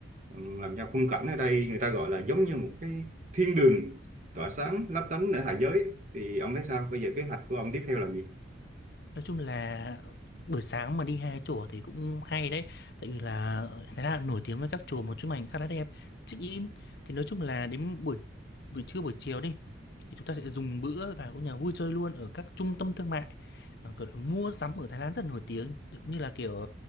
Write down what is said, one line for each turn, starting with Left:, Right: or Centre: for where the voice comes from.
Right: Ờ, làm cho khung cảnh ở đây người ta gọi là giống như một cái thiên đường tỏa sáng lấp lánh ở hạ giới thì ông thấy sao bây giờ kế hoạch của ông tiếp theo là gì
Left: Nói chung là buổi sáng mà đi hai chùa thì cũng hay đấy tại vì là Thái Lan nổi tiếng với các chùa một chụp ảnh khá là đẹp check in thì nói chung là đến buổi buổi trưa buổi chiều đi thì chúng ta sẽ dùng bữa và cũng nhà vui chơi luôn ở các trung tâm thương mại mà kiểu là mua sắm ở Thái Lan rất nổi tiếng tự- như là kiểu